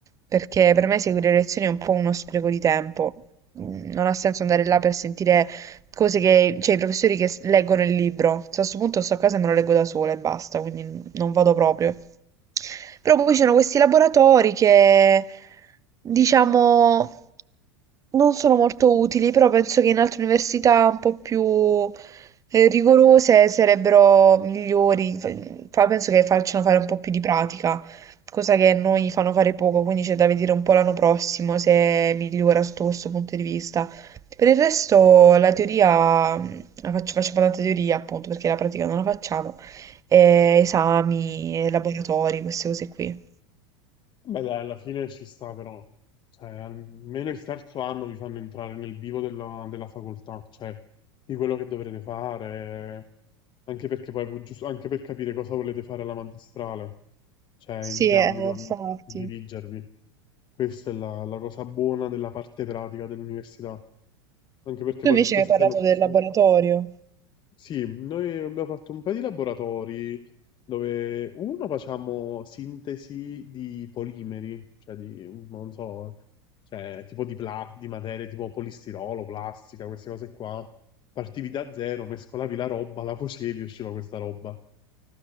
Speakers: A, on the right; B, on the left.
A: perché per me seguire le lezioni è un po' uno spreco di tempo. Mm, Non ha senso andare là per sentire cose che, cioè i professori che s- leggono il libro. Cioè, a questo punto sto a casa e me lo leggo da sola e basta, quindi non vado proprio. Però poi ci sono questi laboratori che, diciamo, non sono molto utili, però penso che in altre università un po' più eh, rigorose sarebbero migliori. Fa- fa- penso che facciano fare un po' più di pratica, cosa che a noi fanno fare poco, quindi c'è da vedere un po' l'anno prossimo se migliora sotto questo punto di vista. Per il resto la teoria, mh, la faccio, faccio tanta teoria appunto perché la pratica non la facciamo, e esami, e laboratori, queste cose qui.
B: Beh, dai, alla fine ci sta però. Cioè, almeno il terzo anno vi fanno entrare nel vivo della, della facoltà, cioè di quello che dovrete fare, anche perché poi pu- giusto, anche per capire cosa volete fare alla magistrale, cioè
A: Sì,
B: in che ambito
A: eh, infatti.
B: dirigervi. Questa è la, la cosa buona della parte pratica dell'università, anche perché
A: Tu
B: poi
A: invece
B: tutte
A: mi
B: queste
A: hai parlato
B: nozioni.
A: del laboratorio.
B: Sì, noi abbiamo fatto un paio di laboratori dove uno facciamo sintesi di polimeri, cioè di, non so, cioè tipo di, pla- di materie tipo polistirolo, plastica, queste cose qua. Partivi da zero, mescolavi la roba, la facevi e usciva questa roba.